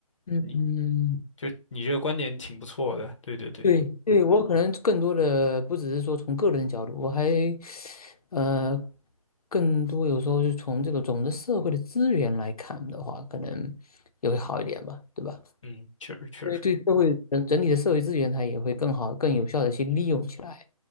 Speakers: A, on the left; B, on the left.
A: 嗯嗯。
B: 你就你这个观点挺不错的，对对对，
A: 对对，我可能更多的不只是说从个人角度，我还呃更多有时候是从这个总的社会的资源来看的话，可能也会好一点吧，对吧？
B: 嗯，确实确实，
A: 因为对社会整整体的社会资源，它也会更好、更有效的去利用起来，